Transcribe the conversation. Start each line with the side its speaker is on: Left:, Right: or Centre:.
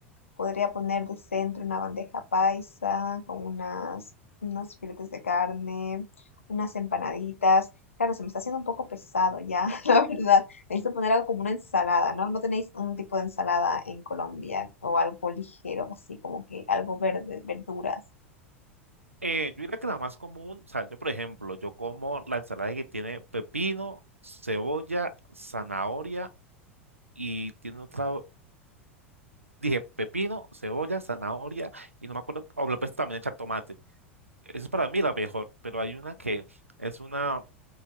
Left: podría poner de centro una bandeja paisa con unas, unos filetes de carne, unas empanaditas? Claro, se me está haciendo un poco pesado ya, <laughs> la verdad. Necesito poner algo como una ensalada, ¿no? ¿No tenéis un tipo de ensalada en Colombia o algo ligero, así como que algo verde, verduras?
Right: Eh, yo diría que la más común, o sea, yo por ejemplo, yo como la ensalada que tiene pepino, cebolla, zanahoria y tiene otra, dije pepino, cebolla, zanahoria y no me acuerdo, o le puedes también echar tomate. Esa es para mí la mejor, pero hay una que es una,